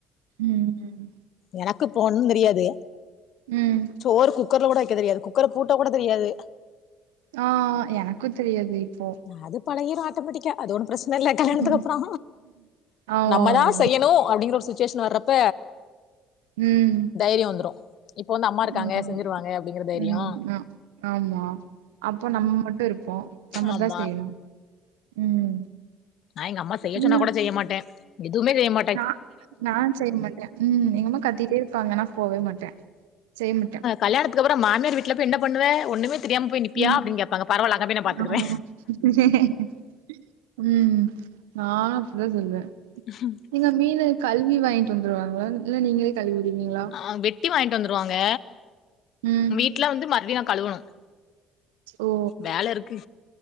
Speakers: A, on the right; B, on the left.
A: உம் உம்
B: எனக்கு இப்போ ஒன்னு தெரியாது
A: உம்
B: சோறு குக்கர்ல கொட வைக்க தெரியாது குக்கர பூட்ட கூட தெரியாது
A: ஆ எனக்கு தெரியாது இப்போ
B: அது பழையிரும் ஆட்டோமெட்டிக்கா அது ஒண்ணும் பிரச்சன இல்ல கல்யாணத்துக்கு
A: ம்.
B: அப்றோ
A: ஆமாமா.
B: நம்மதா செய்யணும் அப்டிங்கற ஒரு சுச்சுவேஷன் வர்றப்ப
A: ம்
B: தைரிய வந்துரு இப்ப வந்து அம்மா இருக்காங்க
A: ம்
B: செஞ்சிருவாங்க அப்டிங்கிற தைரியோ
A: ம் ஆ ஆமா அப்ப நம்ம மட்டு இருப்போ நம்மதா
B: ஆமா
A: செய்யணு ம்
B: நா எங்க அம்மா செய்யச்
A: நீங்க
B: சொன்னா கூட செய்ய மாட்டே எதுமே செய்ய மாட்
A: நா நான் செய்ய மாட்டே ம் எங்கம்மா கத்திட்டே இருப்பாங்க நா போவே மாட்ட செய்ய மட்ட
B: கல்யாணத்துக்கப்பற மாமியார் வீட்ல போய் என்ன பண்ணுவ ஒண்ணுமே தெரியாம போய் நிப்பியா
A: ம்
B: அப்டின் கேப்பாங்க பரவால அங்க போய் நா பாத்துக்கற
A: ஆமா <inaudible> ம் நா அப்படிதா சொல்லுவ
B: <inaudible>
A: நீங்க மீனு கழுவி வாங்கிட்டு வந்துருவாங்களா இல்ல நீங்களே கழுவிடிவிங்களா
B: அ வெட்டி வாங்கிட்டு வந்துருவாங்க
A: ம்
B: வீட்ல வந்து மறுவடியு நா கழுவணு
A: ஓ
B: வேல இருக்கு